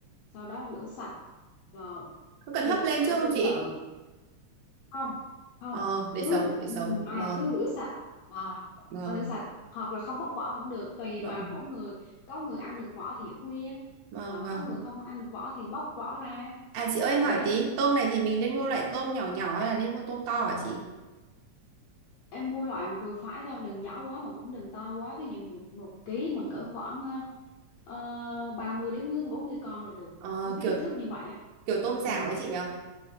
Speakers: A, on the left; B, on the right.
A: sau đó rửa sạch rồi
B: có cần
A: thịt
B: hấp lên
A: cũng
B: trước không
A: tương
B: chị
A: tự không không
B: ờ để
A: cứ
B: sống để sống
A: à,
B: vâng
A: cứ rửa sạch à,
B: vâng
A: rửa sạch hoặc là không bóc vỏ cũng được tùy
B: vâng
A: vào mỗi người có người ăn được vỏ thì ở nguyên
B: vâng
A: còn
B: vâng
A: có người không ăn được vỏ thì bóc vỏ ra
B: À chị ơi em
A: đấy
B: hỏi tí, tôm này thì mình nên mua loại tôm nhỏ nhỏ hay là nên mua tôm to hả chị?
A: em mua loại vừa phải thôi đừng nhỏ quá mà cũng đừng to quá ví dụ một, một ký mà cỡ khoảng ờ, 30 đến 40 con là được
B: Ờ,
A: với cái
B: kiểu
A: kích thước như vậy á
B: kiểu tôm rảo
A: ừ.
B: ấy chị nhở?